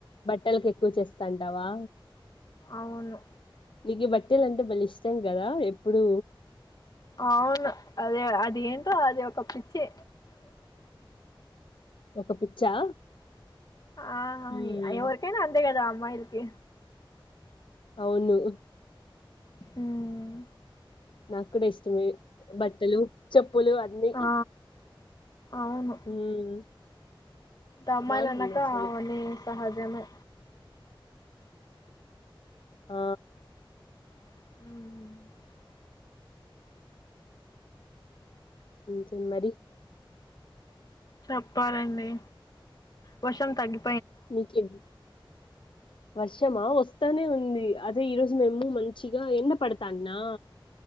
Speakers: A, on the left; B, on the left.
A: బట్టలకి ఎక్కువ చేస్తాంటావా
B: అవును
A: నీకు బట్టలు అం టే భలే ఇష్టం కదా ఎప్పుడు
B: అవును అదే అది ఏంటో అది ఒక పిచ్చి
A: ఒక పిచ్చా
B: ఆ
A: ఉమ్
B: ఎవరికైనా అంతే కదా అమ్మాయిలకి
A: అవును
B: హుమ్
A: నాకు కూడా ఇష్టమే బట్టలు చెప్పులు అన్నీ
B: ఆ అవును
A: ఉమ్
B: అమ్మాయిలు
A: బాగుంటుంది
B: అన్నాక
A: అసలు
B: అవన్నీ సహజమే
A: ఆ
B: ఉమ్
A: ఇంకేం మరి
B: చెప్పాలండి వర్షం తగ్గి
A: మీక్యూ వర్షమా వస్తానే ఉంది అదే ఈరోజు మేము మంచిగా ఎండ పడతాన్నా